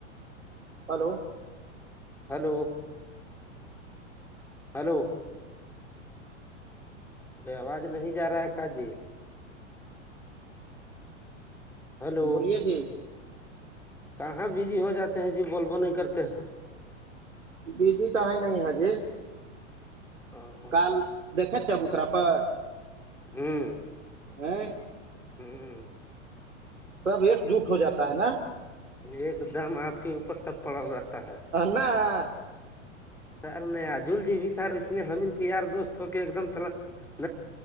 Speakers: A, on the right; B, in the centre.
A: ہلو
B: ہلو ہلو ارے آواز نہیں جا رہا ہے کا جی ہلو
A: بولیے جی
B: کہاں بزی ہو جاتے ہیں جی بول بو نہیں کرتے ہیں
A: بجی کہاں نہیں حجی
B: ا
A: کال دیکے ابوترا پر
B: ہوں
A: ا
B: ہوں
A: سب ایک جٹ ہو جاتا ہے نا
B: ایک دم آپ کے اوپر سب پڑا رہتا ہے
A: نہ
B: سر نہیں عجول جی بھی سر اس نے ہم ان کے یار دوست ہو کے ایک دم س